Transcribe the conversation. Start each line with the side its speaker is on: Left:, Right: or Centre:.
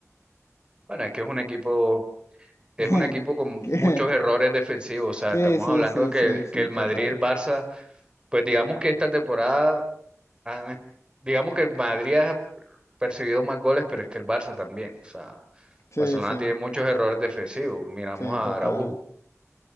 Right: Bueno, es que es un equipo, es
Left: <laughs>
Right: un equipo con
Left: Que-
Right: muchos errores defensivos. O sea,
Left: Sí,
Right: estamos
Left: sí,
Right: hablando
Left: sí,
Right: de que,
Left: sí, sí,
Right: que el
Left: total.
Right: Madrid y el Barça, pues digamos que esta temporada, han- digamos que el Madrid ha percibido más goles, pero es que el Barça también. O sea,
Left: Sí,
Right: Barcelona
Left: sí,
Right: tiene muchos errores defensivos. Miramos
Left: sí,
Right: a
Left: total.
Right: Araujo.